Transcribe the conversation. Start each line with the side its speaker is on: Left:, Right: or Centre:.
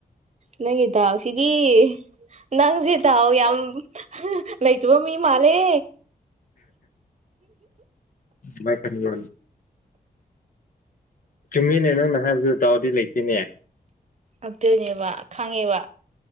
Right: ꯅꯪꯒꯤ ꯗꯥꯎ ꯁꯤꯒꯤ ꯅꯪꯖꯦ ꯗꯥꯎ ꯌꯥꯝ ꯍꯥ ꯂꯩꯇꯕꯥ ꯃꯤ ꯃꯥꯜꯂꯦ
Left: ꯃꯥꯏ ꯈꯟꯕ꯭ꯔꯣꯅꯦ ꯆꯨꯝꯃꯤꯅꯦ ꯅꯪꯅ ꯍꯥꯏꯕꯗꯨ ꯗꯥꯥꯎꯗꯤ ꯂꯩꯇꯦꯅꯦ
Right: ꯑꯗꯨꯅꯦꯕ ꯈꯪꯉꯦꯕ